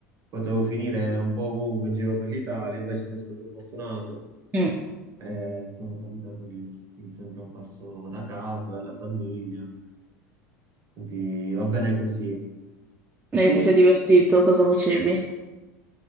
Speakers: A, on the right; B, on the right.
A: potevo finire un po' ovunque in giro per l'Italia, invece sono stato fortunato
B: Mm.
A: e sono capitato lì, quindi sembra un passo da casa, dalla famiglia, quindi va bene così.
B: E
A: Tu?
B: ti sei divertito? Cosa facevi?